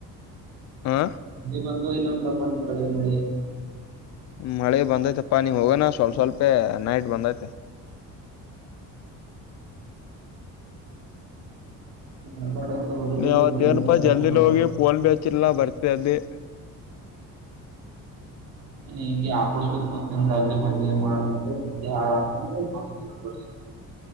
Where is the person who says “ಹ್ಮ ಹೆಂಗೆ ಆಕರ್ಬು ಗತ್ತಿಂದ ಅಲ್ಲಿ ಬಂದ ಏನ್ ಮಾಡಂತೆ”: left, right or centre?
Right